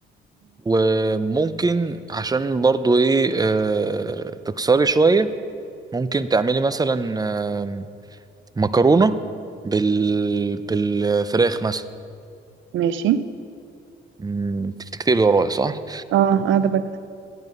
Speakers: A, on the right; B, on the right.
A: وممكن عشان برضو ايه آه، تكسري شويه ممكن تعملي مثلا آه، مكرونه بال... بالفراخ مثلا
B: ماشي
A: مم، تكتبي ورايا صح
B: اه قاعده بكتب